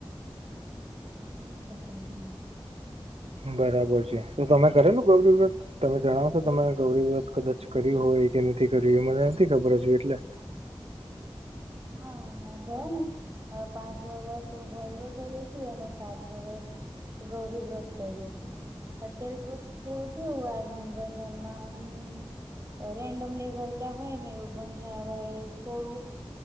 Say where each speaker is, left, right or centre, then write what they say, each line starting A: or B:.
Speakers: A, on the right (about 30°); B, on the right (about 85°).
A: ગમે તે <unintelligible>
B: બરાબર છે. તો તમે કરેલું ગૌરી વ્રત? તમે જણાવશો તમે ગૌરી વ્રત કદાચ કર્યું હોય કે નથી કર્યું. એ મને નથી હજુ એટલે
A: હા <unintelligible> હા પાંચ વરસ મેં ગૌરી વ્રત કર્યુતુ અને સાત વરષ ગૌરી વ્રત કર્યુંતુ. અત્યારે તો થોડું કેવું આ જનરેસનમાં અ રેન્ડમલી ફરતાં હોય ને એવું પણ જ્યારે થોડું